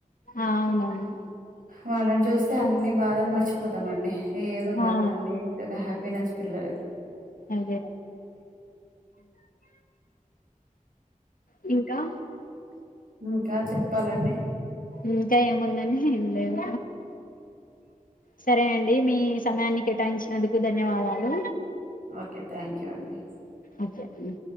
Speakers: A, on the left (about 75°); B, on the right (about 75°).
A: ఆ అవునవును
B: వాళ్ళని చూస్ తే అన్ని బాధలు మర్చిపోతాం అండి ఏది ఉండదు
A: ఆ
B: అన్నీ ఒక హ్యాపీ పేనాన్సి పిల్లలు
A: అదే యూ ఇంకా
B: ఇంకా చెప్పాలండి
A: ఇంకా ఏముందండి ఏం లేదు సరే అండి మీ సమయాన్ని కేటాయించినందుకు ధన్యవాదాలు
B: ఓకే థ్యాంక్ యూ అండి
A: ఓకే అండి